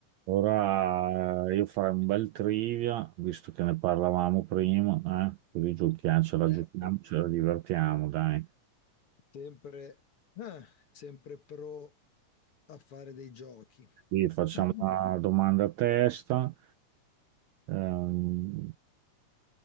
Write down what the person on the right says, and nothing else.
Ora eh, io farei un bel trivia, visto che ne parlavamo prima, eh? Così giochiamo, ce la
giochiamo, ce la divertiamo, dai.
Quindi facciamo
una domanda a testa, ehm,